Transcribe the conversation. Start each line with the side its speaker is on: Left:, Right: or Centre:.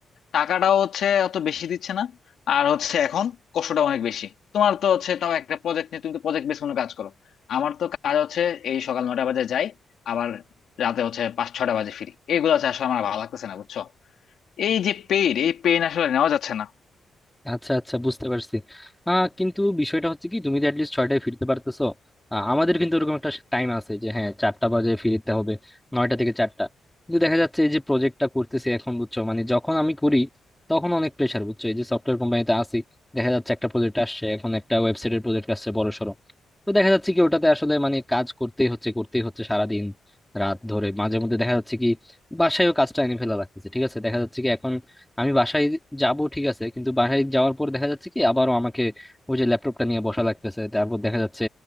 Left: টাকাটাও হচ্ছে অত বেশি দিচ্ছে না আর হচ্ছে এখন কষ্টটা অনেক বেশি তোমার তো হচ্ছে তাও একটা প্রজেক্ট নিয়ে তুমি তো প্রজেক্ট বেস কোনো কাজ করো আমার তো কাজ হচ্ছে এই সকাল নটা বাজে যাই আবার রাতে হচ্ছে পাঁচ ছটা বাজে ফিরি এগুলো হচ্ছে আসলে আমার ভালো লাগতেছে না বুঝছো এই যে পেইন এই পেইন আসলে নেওয়া যাচ্ছে না
Centre: আচ্ছা আচ্ছা বুঝতে পারছি আহ কিন্তু বিষয়টা হচ্ছে কি তুমি তো অ্যাটলিস্ট ছয়টায় ফিরতে পারতেছো আহ, আমাদের কিন্তু ওরকম একটা টাইম আছে যে হ্যাঁ চারটা বাজে ফিরতে হবে নয়টা থেকে চারটা কিন্তু দেখা যাচ্ছে এই যে প্রজেক্টটা করতেছি এখন বুঝছো মানে যখন আমি করি তখন অনেক প্রেশার বুঝছো এই যে সফটওয়্যার কোম্পানিতে আসি দেখা যাচ্ছে একটা প্রজেক্ট আসছে এখন একটা ওয়েবসাইটের প্রজেক্ট আসছে বড় সড়ো তো দেখা যাচ্ছে কি ওটাতে আসলে মানে কাজ করতেই হচ্ছে করতেই হচ্ছে সারাদিন রাত ধরে মাঝে মধ্যে দেখা যাচ্ছে কি বাসায়ও কাজটা এনে ফেলা লাগতেছে ঠিক আছে দেখা যাচ্ছে কি এখন আমি বাসায় যাব ঠিক আছে কিন্তু বাসায় যাওয়ার পর দেখা যাচ্ছে কি আবারও আমাকে ওই যে ল্যাপটপটা নিয়ে বসা লাগতেছে তারপর দেখা যাচ্ছে